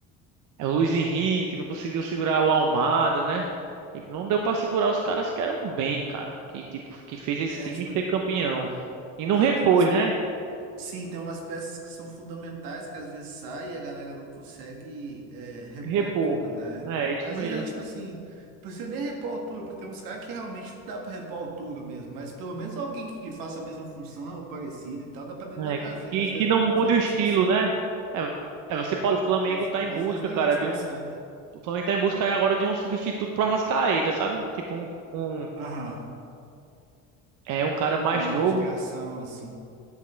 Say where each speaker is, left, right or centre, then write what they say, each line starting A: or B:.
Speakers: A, on the right; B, on the right.
A: É o Luiz Henrique, não conseguiu segurar o Almada, né? Tipo, não deu pra segurar os caras que eram bem, cara. Que, tipo, que fez esse
B: É
A: time
B: tipo,
A: ser campeão. E não
B: é,
A: repôs,
B: tem umas.
A: né?
B: Sim, tem umas peças que são fundamentais que às vezes sai e a galera não consegue é, repor
A: Repor.
B: a altura, né?
A: É, isso
B: Às
A: mesmo.
B: vezes é tipo assim, não precisa nem repor a altura, porque tem uns caras que realmente não dá pra repor a altura mesmo, mas pelo menos alguém que faça a mesma função ou parecido e tal, dá pra tentar
A: É,
B: trazer,
A: que,
B: e às vezes
A: que não mude
B: nem
A: o estilo,
B: isso consegue.
A: né? É,
B: É,
A: é, você pode. O Flamengo
B: é, às,
A: tá em
B: às
A: busca,
B: vezes nem
A: cara,
B: isso
A: de
B: consegue.
A: um. O Flamengo tá em busca aí agora de um substituto pro Arrascaeta, sabe? Tipo, um, um,
B: Aham,
A: é, um cara mais
B: um meio
A: novo.
B: de criação assim.